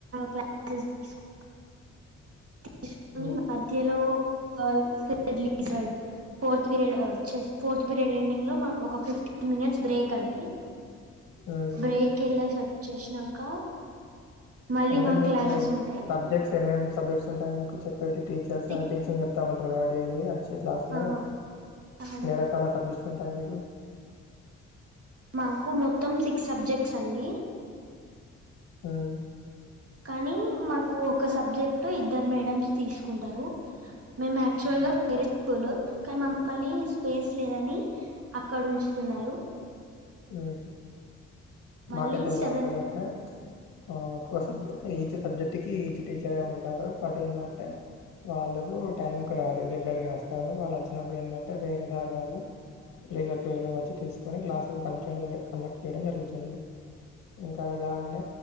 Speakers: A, on the right; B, on the left.
A: క్లాస్ తీసుకు తీసుకొని
B: ఉమ్.
A: మధ్యలో all <unintelligible> leisure fourth period chess fourth period ending లో మాకు ఒక ఫిఫ్టీన్ మినిట్స్ బ్రేక్ అండి.
B: ఉమ్.
A: బ్రేక్ ఎల్లేసి వచ్చేసినంక మళ్ళీ
B: అంటే
A: మా
B: మీకు
A: క్లాసెస్ ఉంటాయి
B: సబ్జెక్ట్స్ ఏమేం సబ్జెక్ట్స్ ఉంటాయి. మీకు చెప్పేటి టీచర్స్
A: సిక్
B: ఆ టీచింగ్ చెప్తాన్ అంట్రగా డైలీ క్లాస్
A: ఆ
B: లో
A: అవును
B: నేరకాల అదుష్ టైమింగ్
A: మాకు మొత్తం సిక్స్ సబ్జెక్ట్స్ అండి.
B: ఉమ్,
A: కానీ మాకు కు ఒక సబ్జెక్ట్ ఇద్దరు మేడమ్స్ తీసుకుంటరు. మేము యాక్టువల్ గా వేరే స్కూల్ కానీ మమ్మల్ని స్పేస్ లేదని అక్కడ ఉంచుతున్నారు.
B: ఊహ్
A: మళ్ళీ
B: మాకైతే ఎలా
A: సెవెంత్
B: ఉంటదంటే ఆ క్కువ సబ్జెక్ట్ ఈచ్ సబ్జెక్ట్ కి ఈచ్ టీచరే ఉంటారు. బట్ ఏందంటే వాళ్ళకు టైం కు రారు ఇరెగ్యులర్ గా వస్తారు. వాళ్ళు వచ్చినప్పుడు ఏందంటే, వేరే సార్ వాళ్ళు లేజర్ పేరు వచ్చి తీసుకొని క్లాస్ జు కండక్షన్ కండక్ట్ చేయడం జరుగుతుంది ఇంకా ఎలా ఉండే